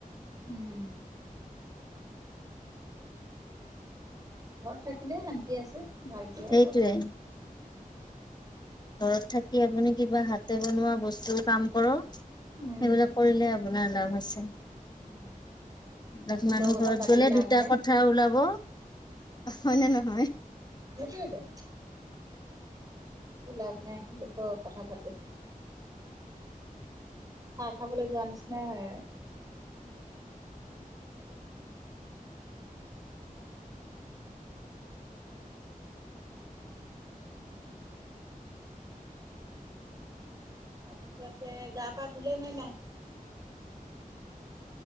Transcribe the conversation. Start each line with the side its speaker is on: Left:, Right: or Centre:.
Right: উম <inaudible> ঘৰত থাকিলে শান্তি আছে ভালকে
Left: সেইটোৱে।
Right: অলপ
Left: ঘৰত থাকি আপুনি কিবা হাতে বনোৱা বস্তু কাম কৰক সেইবিলাক
Right: উম,
Left: কৰিলে আপোনাৰ লাভ আছে
Right: উম, এনেই
Left: তাত
Right: লোকৰ
Left: মানুহ
Right: কথা
Left: ঘৰত
Right: পাতি
Left: গলে
Right: লাভ
Left: দুটা
Right: নাই।
Left: কথা ওলাব হয়নে নহয়
Right: সেইটোৱেতো একো লাভ নাই লোকৰ কথা পাতি চাহ খাবলৈ যোৱা নিচিনাই অঁ সেইটো তাৰপিছতে গা পা ধুলে নে নাই?